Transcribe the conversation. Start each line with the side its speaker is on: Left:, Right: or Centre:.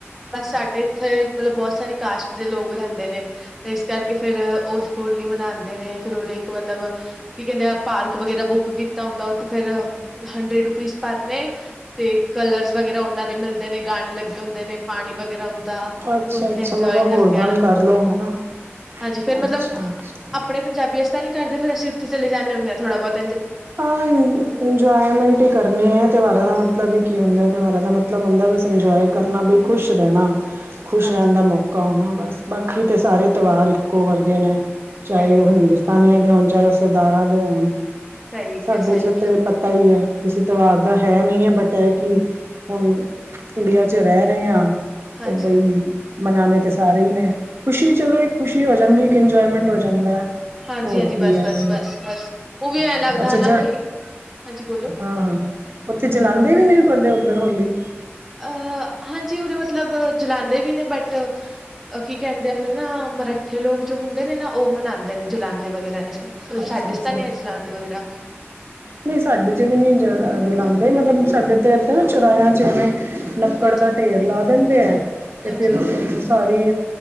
Centre: ਬਸ ਸਾਡੇ ਇੱਥੇ ਮਤਲਬ ਬਹੁਤ ਸਾਰੀ ਕਾਸਟ ਦੇ ਲੋਕ ਰਹਿੰਦੇ। ਨੇ ਤੇ ਇਸ ਕਰਕੇ ਫੇਰ ਉਹ ਹੋਲੀ ਮਨਾਉਂਦੇ ਨੇ ਫੇਰ, ਉਹਦੇ ਇੱਕ ਮਤਲਬ ਕੀ ਕਹਿੰਦੇ ਏ ਭਾ ਪਾਰਕ ਵਗਰਾ ਬੁੱਕ ਕੀਤਾ ਹੁੰਦਾ। ਉੱਥੇ ਫੇਰ ਹੰਡਰੇਡ ਰੁਪੀਜ਼ ਭਰਨੇ ਤੇ ਕਲਰਜ਼ ਵਗੈਰ ਉਹਨਾਂ ਦੇ ਮਿਲਦੇ ਨੇ ਗਾਣੇ ਲੱਗੇ ਹੁੰਦੇ ਨੇ। ਪਾਣੀ ਵਗੈਰਾ ਹੁੰਦਾ
Right: ਅੱਛਾ
Centre: ਉੱਥੇ
Right: ਅੱਛਾ
Centre: ਇੰਜੋਏ
Right: ਮੈਂ ਤਾਂ
Centre: ਕਰਕੇ
Right: ਹੋਰ ਦੰਗ
Centre: ਆਉਣਾ।
Right: ਕਰ ਲੋ ਹਨਾ
Centre: ਹਾਂਜੀ, ਫੇਰ ਮਤਲਬ
Right: ਅੱਛਾ ਅੱਛਾ
Centre: ਆਪਣੇ ਪੰਜਾਬੀਆਂ ਚ ਤਾਂ ਨੀ ਘਰ ਦੇ ਫੇਰ ਅਸੀ ਉੱਥੇ ਚਲੇ ਜਾਣੇਂ ਹੁਣੇ ਆ ਥੋੜਾ ਬੋਤ
Right: ਹਾਂ। ਇੰਜੋਏਮੈਂਟ ਹੀ ਕਰਨੀ ਐ। ਤਿਉਹਾਰਾਂ ਦਾ ਮਤਲਬ ਹੀ ਕੀ ਹੁੰਦਾ। ਤਿਉਹਾਰਾਂ ਦਾ ਮਤਲਬ ਮਤਲਬ ਹੁੰਦਾ, ਬਸ ਇੰਜੋਏ ਕਰਨਾ ਬਈ ਖੁਸ਼ ਰਹਿਣਾ ਖੁਸ਼
Centre: ਹਾਂਜੀ।
Right: ਰਹਿਣ ਦਾ ਮੌਕਾ ਆਣਾ ਬਸ। ਬਾਕੀ ਤਾਂ ਸਾਰੇ ਤਿਉਹਾਰ ਇੱਕੋ ਵਰਗੇ ਨੇ। ਚਾਹੇ
Centre: ਸਹੀ
Right: ਉਹ ਹਿੰਦੁਸਤਾਨੀਆਂ ਦੇ ਹੋਣ ਚਾਹੇ, ਸਰਦਾਰਾਂ ਦੇ ਹੋਣ
Centre: ਸਹੀ ਕਿਹਾ
Right: ਸਾਡੇ
Centre: ਸਹੀ
Right: ਚ
Centre: ਕਿਹਾ
Right: ਤੇ ਪਤਾ ਈ ਐ। ਕਿਸੇ ਤਵਾਰ ਦਾ ਐਹ ਨਹੀਂ ਹੈ। ਬਟ, ਐਹ ਕਿ ਹੁਣ ਇੰਡੀਆ ਚ ਰਹਿ ਰਹੇ ਹਾਂ।
Centre: ਹਾਂਜੀ
Right: ਤੇ ਬਈ ਮਨਾਣੇ ਤੇ ਸਾਰੇ ਈ ਨੇ। ਖੁਸ਼ੀ ਚਲੋ ਇੱਕ ਖੁਸ਼ੀ ਹੋ ਜਾਂਦੀ ਐ ਕਿ ਇੰਜੋਏਮੈਂਟ ਹੋ ਜਾਂਦਾ।
Centre: ਹਾਂਜੀ
Right: ਹੋਰ
Centre: ਹਾਂਜੀ,
Right: ਕੀ
Centre: ਬਸ,
Right: ਹੈ
Centre: ਬਸ, ਬਸ, ਬਸ ਉਹ ਵੀ ਐਂ ਲੱਗਦਾ।
Right: ਅੱਛਾ
Centre: ਹਨਾ
Right: ਜ।
Centre: ਕਿ ਹਾਂਜੀ ਬੋਲੋ
Right: ਹਾਂ ਹਾਂ ਉੱਥੇ ਜਲਾਂਉਦੇ ਵੀ ਨਹੀਂ? ਤੁਹਾਡੇ ਉੱਧਰ ਹੋਲੀ
Centre: ਅਹ ਹਾਂਜੀ। ਉਰੇ ਮਤਲਬ ਜਲਾਾਂਉਂਦੇ ਵੀ ਨੇ ਬਟ ਕੀ ਕਹਿੰਦੇ ਆ, ਉਰੇ ਨਾ ਮਰੱਠੇ ਲੋਕ ਜੋ ਹੁੰਦੇ ਨੇ ਨਾ, ਉਹ ਮਨਾਉਂਦੇ ਨੇ, ਜਲਾਂਂਦੇ ਵਗੈਰਾ ਨੇ
Right: ਅੱਛਾ
Centre: ਸਾਡੇ
Right: ਅੱਛ
Centre: ਚ ਤਾਂ ਨੀ ਜਲਾਂਦੇ ਵਗੈਰਾ
Right: ਨਹੀਂ, ਸਾਡੇ ਚ ਵੀ ਨੀ ਜਲਾਉਂਦੇ ਮਤਲਬ। ਸਾਡੇ ਤੇ ਇਥੇ ਨਾ ਚੁਰਾਇਆਂ ਚ ਇਵੇਂ ਲੱਕੜ
Centre: ਹਾਂਜੀ
Right: ਦਾ ਢੇਰ ਲਾ ਦਿੰਦੇ ਆ, ਤੇ
Centre: ਹਾਂਜੀ
Right: ਫੇਰ ਸਾਰੀ